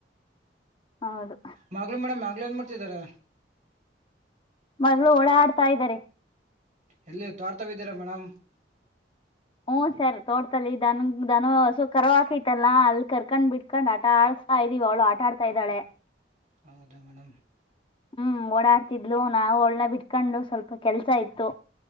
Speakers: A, on the left; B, on the right.
A: ಹೌದು
B: ಮಾಗಲು ಮೇಡ್ ಮಾಗ್ಲು ಏನ್ ಮಾಡ್ತಿದ್ದಾರೆ
A: ಮಗಳು ಓಡ ಆಡ್ತಾ ಇದ್ದಾರೆ
B: ಎಲ್ಲಿ ತೋಟತಾವ್ ಇದ್ದೀರಾ ಮೇಡಮ್.
A: ಹ ಸರ್ ತೋಡ್ತಲ್ಲಿ ದನ ಹಸು ಕರು ಹಾಕಿತ್ತಲ್ಲ ಅಲ್ಲಿ ಕರ್ಕೊಂಡ್ ಬಿಟ್ಕೊಂಡ್ ಆಟ ಇದ್ದೀವಿ ಅವಳು ಆಟ ಆಡ್ತಾ ಇದ್ದಾಳೆ.
B: ಹೌದಾ ಮೇಡಮ್
A: ಹ್ಮ್ ಓಡಾಡ್ತಿದ್ಲು ನಾವು ಒಳ್ಳನ ಬಿಟ್ಕೊಂಡು ಸ್ವಲ್ಪ ಕೆಲ್ಸ ಇತ್ತು